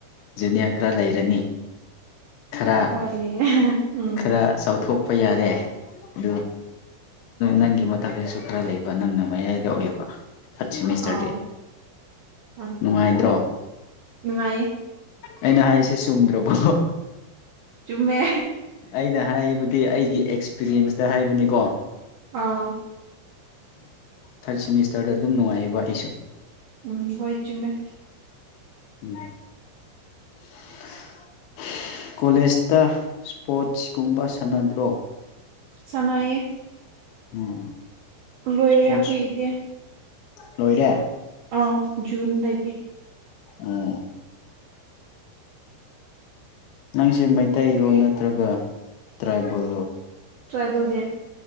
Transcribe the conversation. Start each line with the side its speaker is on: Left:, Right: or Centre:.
Left: ꯖꯨꯅꯤꯌꯔ ꯈꯔ ꯂꯩꯔꯅꯤ ꯈꯔ
Right: ꯍꯣꯢ ꯂꯩꯌꯦ ꯎꯝ
Left: ꯈꯔ ꯆꯥꯎꯊꯣꯛꯄ ꯌꯥꯔꯦ ꯑꯗꯨ ꯅꯪꯒꯤ ꯃꯊꯛꯇꯁꯨ ꯈꯔ ꯂꯩꯕ ꯅꯪꯅ ꯃꯌꯥꯏꯗ ꯑꯣꯏꯕ ꯊꯔꯠ ꯁꯦꯃꯤꯁꯇꯔꯗꯤ
Right: ꯑꯣ ꯎꯝ
Left: ꯅꯨꯡꯉꯥꯏꯗ꯭ꯔꯣ
Right: ꯅꯨꯡꯉꯥꯏꯌꯦ
Left: ꯑꯩꯅ ꯍꯥꯏꯁꯦ ꯆꯨꯝꯗ꯭ꯔꯕꯣ
Right: ꯆꯨꯝꯃꯦ
Left: ꯑꯩꯅ ꯍꯥꯏꯕꯗꯤ ꯑꯩꯒꯤ ꯑꯦꯛꯁꯄꯤꯔꯤꯌꯦꯟꯁꯇ ꯍꯥꯏꯕꯅꯤꯀꯣ
Right: ꯑꯥ
Left: ꯊꯥꯔꯠ ꯁꯦꯃꯤꯁꯇꯔꯗ ꯑꯗꯨꯝ ꯅꯨꯡꯉꯥꯏꯌꯦꯕ ꯑꯩꯁꯨ
Right: ꯎꯝ ꯍꯣꯏ ꯆꯨꯃꯦ
Left: ꯎꯝ <unintelligible> ꯀꯣꯂꯦꯖꯇ ꯏꯁꯄꯣꯔꯠꯁꯀꯨꯝꯕ ꯁꯥꯟꯅꯗ꯭ꯔꯣ
Right: ꯁꯥꯅꯩꯌꯦ
Left: ꯎꯝ
Right: ꯂꯣꯏꯔꯦ
Left: ꯏꯁꯄꯣꯔꯠꯁ
Right: ꯑꯈꯣꯏ ꯒꯤꯗꯤ
Left: ꯂꯣꯏꯔꯦ
Right: ꯑꯧ ꯖꯨꯟ ꯗꯒꯤ
Left: ꯑꯣ ꯅꯪꯁꯦ ꯃꯩꯇꯩꯔꯣ ꯅꯠꯇ꯭ꯔꯒ ꯇ꯭ꯔꯥꯏꯕꯦꯜꯔꯣ
Right: ꯇ꯭ꯔꯥꯏꯕꯦꯜꯅꯦ